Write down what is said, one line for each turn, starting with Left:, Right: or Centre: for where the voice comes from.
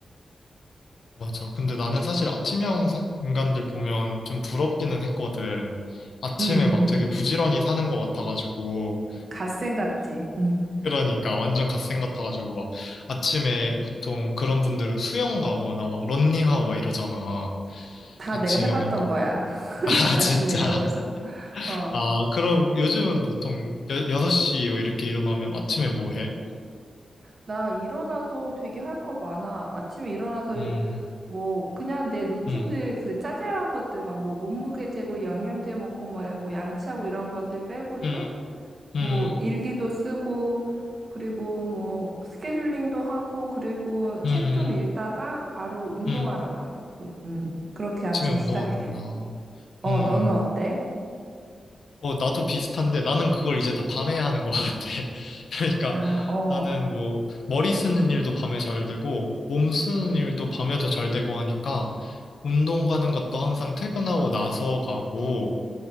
Left: 맞아. 근데 나는 사실 아침형 사- 인간들 보면 좀 부럽기는 했거든. 아침에
Right: 응,
Left: 막
Right: 응.
Left: 되게 부지런히 사는 것 같아가지고.
Right: 갓생 같지? 응.
Left: 그러니까 완전 갓생 같아가지고 막 아침에 보통 그런 분들은 수영 가거나 막 런닝하고 막 이러잖아.
Right: 다
Left: 아침형
Right: 내가 해봤던
Left: 인간.
Right: 거야. <laughs>
Left: 아, <laughs>
Right: 아침에
Left: 진짜.
Right: 일어나서. 어.
Left: 아, 그럼 요즘은 보통 여, 6시 뭐 이렇게 일어나면 아침에 뭐 해?
Right: 나 일어나서 되게 할 거 많아. 아침에 일어나서
Left: 음,
Right: 뭐 그냥 내 루틴들
Left: 음,
Right: 그 짜잘한 것들만 뭐 몸무게 재고 영양제 먹고 뭐, 뭐 양치하고 이런 것들 빼고도
Left: 음, 음,
Right: 뭐 일기도 쓰고 그리고 뭐 스케줄링도 하고 그리고 책
Left: 음,
Right: 좀 읽다가 바로 운동하러
Left: 음.
Right: 가. 운- 음. 그렇게
Left: 아침에
Right: 아침
Left: 운동하는구나.
Right: 시작해. 어,
Left: 음,
Right: 너는 어때?
Left: 어, 나도 비슷한데 나는 그걸 이제 다 밤에 하는 것 같아. <laughs> 그러니까
Right: 아, 어.
Left: 나는 뭐 머리 쓰는 일도 밤에 잘 되고 몸 쓰는 일도 밤에 더 잘 되고 하니까 운동 가는 것도 항상 퇴근하고 나서 가고